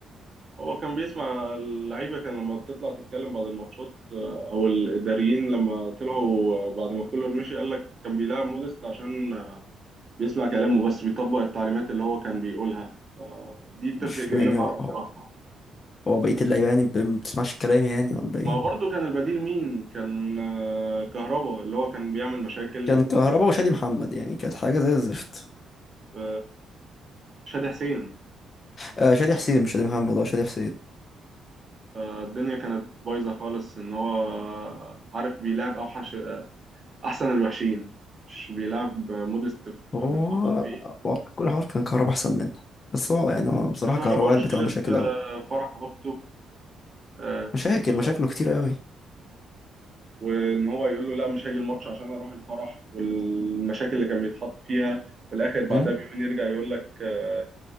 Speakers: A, on the right; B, on the left.
A: هو كان بيسمع اللعيبة كان لما بتطلع تتكلم بعد الماتشات آه، أو الإداريين لما طلعوا بعد ما كولر مشي قال لك كان بيلعب موديست عشان بيسمع كلامه بس بيطبق التعليمات اللي هو كان بيقولها فدي بتفرق
B: مش
A: جدا
B: يعني
A: مع
B: هو
A: المدرب.
B: هو هو بقية اللعيبة يعني ب- ما بتسمعش الكلام يعني ولا ايه
A: ما هو برضه كان البديل مين؟ كان آه، كهربا اللي هو كان بيعمل مشاكل
B: كان كهربا
A: في
B: وشادي محمد يعني كانت حاجة زي الزفت
A: في شادي حسين
B: آه شادي حسين مش شادي محمد هو شادي حسين
A: فالدنيا كانت بايظة خالص إن هو آه، عارف بيلعب أوحش أحسن الوحشين مش بيلعب مودست في
B: هو
A: متحكم فيه
B: والله كل حوار كان كهربا احسن منه بس هو يعني هو بصراحه
A: بس كهربا
B: كهربا قلبت
A: مشكلة
B: على مشاكل
A: آه،
B: قوي
A: فرح أخته آه،
B: مشاكل مشاكله
A: آه،
B: كتير قوي
A: وإن هو يقول له لا مش هاجي الماتش عشان أروح الفرح والمشاكل اللي كان بيتحط فيها في الآخر بعدها
B: مم.
A: بيومين يرجع يقول لك آه،